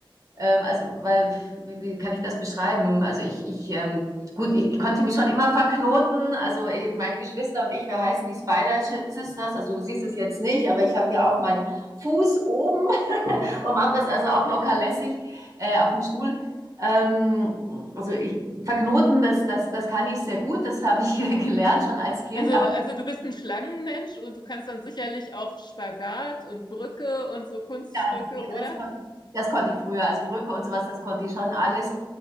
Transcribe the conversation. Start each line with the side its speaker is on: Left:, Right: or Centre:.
Right: ähm, also, weil, wie, wie kann ich das beschreiben? Also ich, ich, ähm, gut, ich, ich konnte mich schon immer verknoten. Also eh, meine Geschwister und ich, wir heißen die Spider Sisters. Also du siehst es jetzt nicht, aber ich habe hier auch meinen Fuß oben <laughs> und mache das also auch locker lässig äh, auf dem Stuhl. Ähm, also ich, verknoten, das, das, das kann ich sehr gut. Das habe ich <laughs> gelernt schon als Kind.
Left: Also,
Right: Aber
Left: also du bist ein Schlangenmensch und du kannst dann sicherlich auch Spagat und Brücke und so Kunststücke,
Right: Ganz, ja,
Left: oder?
Right: das konnte, das konnte ich früher. Also Brücke und sowas, das konnte ich schon alles.